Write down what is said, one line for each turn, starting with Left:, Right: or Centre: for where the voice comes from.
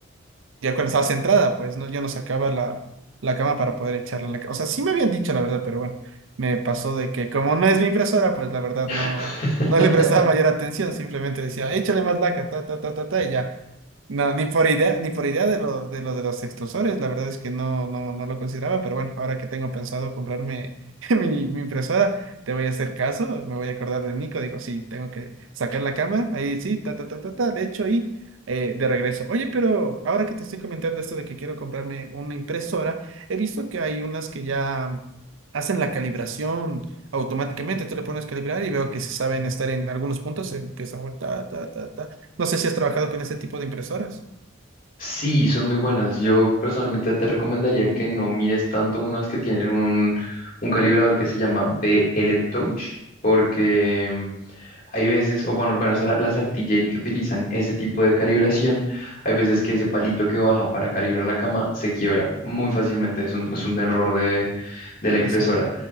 Right: ya cuando estaba centrada, pues no, ya no sacaba la, la cama para poder echarla a la ca- O sea, sí me habían dicho la verdad, pero bueno, me pasó de que como no es mi impresora, pues la verdad
Left: <laughs>
Right: no, no le prestaba mayor atención, simplemente decía, échale más laca, ta, ta, ta, ta, ta, y ya. No, ni por idea, ni por idea de lo, de lo de los extrusores, la verdad es que no, no, no lo consideraba, pero bueno, ahora que tengo pensado comprarme <laughs> mi, mi impresora, te voy a hacer caso, me voy a acordar de Nico, digo, sí, tengo que sacar la cama, ahí sí, ta, ta, ta, ta, ta, de hecho, y eh, de regreso. Oye, pero ahora que te estoy comentando esto de que quiero comprarme una impresora, he visto que hay unas que ya hacen la calibración automáticamente, tú le pones calibrar y veo que se saben estar en algunos puntos, empiezan, a ta, ta, ta, ta. No sé si has trabajado con ese tipo de impresoras.
Left: Sí, son muy buenas. Yo personalmente te recomendaría que no mires tanto unas que tienen un, un calibrador que se llama BL Touch, porque Hay veces, o bueno, al menos la- las artillerías que utilizan ese tipo de calibración, hay veces que ese palito que baja para calibrar la cama se quiebra muy fácilmente, es un, es un error de, de la
Right: Dicen
Left: impresora.